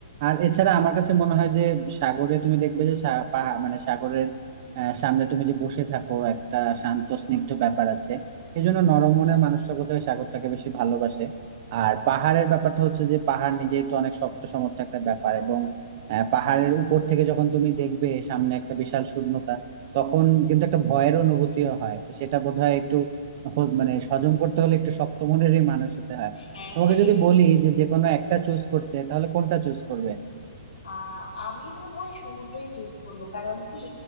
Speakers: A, on the right (about 40°); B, on the left (about 85°).
A: আর এছাড়া আমার কাছে মনে হয় যে সাগরে তুমি দেখবে যে সা- পাহা- মানে সাগরের আহ, সামনে তুমি যে বসে থাকো একটা শান্ত স্নিগ্ধ ব্যাপার আছে এই জন্য নরম মনের মানুষটা বোধহয় সাগরটাকে বেশি ভালোবাসে আর পাহাড়ের ব্যাপারটা হচ্ছে যে পাহাড় নিজেই তো অনেক শক্ত সমর্থ একটা ব্যাপার এবং আহ, পাহাড়ের উপর থেকে যখন তুমি দেখবে সামনে একটা বিশাল শূন্যতা তখন কিন্তু একটা ভয়ের অনুভূতিও হয় তো সেটা বোধহয় একটু হ- মানে হজম করতে হলে একটু শক্ত মনেরই মানুষ হতে হয়
B: হ্যাঁ
A: তোমাকে
B: হ্যাঁ
A: যদি বলি যে যে কোনো একটা চুজ করতে তাহলে কোনটা চুজ করবে
B: আহ আমি বোধহয় সমুদ্রই চুজ করব কারণ কি